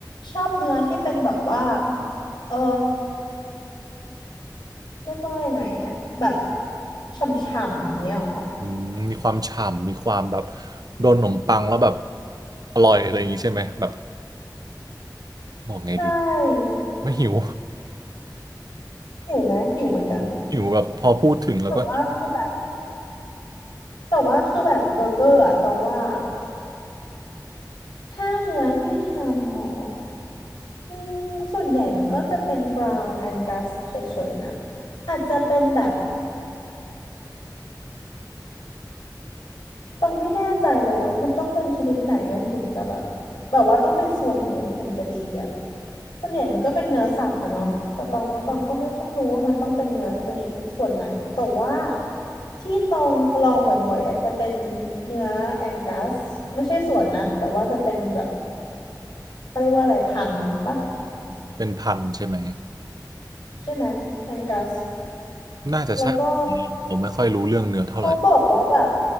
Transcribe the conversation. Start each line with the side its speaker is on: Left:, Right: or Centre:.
Left: ชอบเนื้อที่เป็นแบบว่าเออเรียกว่ายังไงอะแบบฉ่ำๆอย่างเงี้ยเหรอ
Right: อืมมีความฉ่ำมีความแบบโดนขนมปังแล้วแบบอร่อยอะไรอย่างงี้ใช่ไหมแบบบอกไงดี
Left: ใช่
Right: ไม่หิว
Left: หิวไหมหิวเหมือนกัน
Right: <laughs> หิวแบบพอพูดถึงแล้วก็หิว
Left: แต่ว่าคือแบบแต่ว่าคือแบบเบอร์เกอร์อะตองว่า ถ้าเนื้อที่ทำหมออืมส่วนใหญ่มันก็จะเป็น ground Angus เฉยๆนะอาจจะเป็นแบบต้องไม่แน่ใจแล้วมันต้องเป็นชนิดไหนมันถึงจะแบบแบบว่าต้องเป็นส่วนไหนมันถึงจะดีอ่ะส่วนใหญ่มันก็เป็นเนื้อสับอะเนาะแต่ตองก็ตองก็ไม่ค่อยรู้ว่ามันต้องเป็นเนื้อชนิดส่วนไหนแต่ว่าที่ตองลองบ่อยๆอาจจะเป็นเนื้อแองกัสไม่ใช่ส่วนนะแต่ว่าจะเป็นแบบเขาเรียกว่าอะไรพันธุ์ปะ
Right: เป็นพันใช่ไหม
Left: ใช่ไหมแองกัส
Right: น่าจะใช่
Left: แล้วก็
Right: ผมไม่ค่อยรู้เรื่องเนื้อเท่าไหร่
Left: เขาบอกว่าแบบ